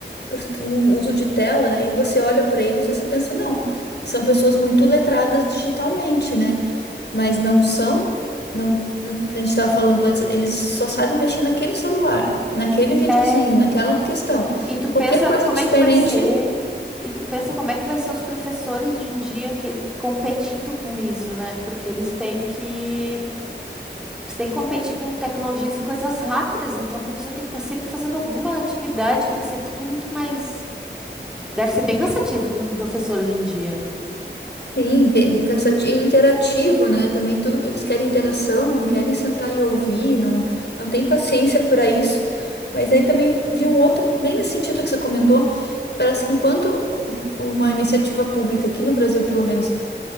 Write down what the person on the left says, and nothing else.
por um uso de tela, né? E você olha para eles, você pensa, não, são pessoas muito letradas digitalmente, né? Mas não são. Não, a gente estava falando antes, eles só sabem mexer naquele celular, naquele videozinho,
naquela questão.
Qualquer
coisa
diferente
Sim, tem- um cansativo, interativo, né? Também tudo, eles querem interação, não querem sentar e ouvir, não, não tem paciência para isso. Mas aí também vi um outro, bem nesse sentido que você comentou, parece que enquanto uma iniciativa pública, aqui no Brasil pelo menos,